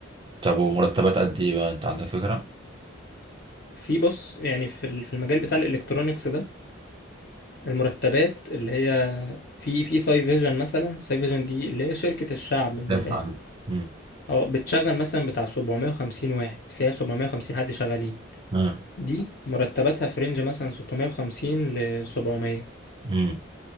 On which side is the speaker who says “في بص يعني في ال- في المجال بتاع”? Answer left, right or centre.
Left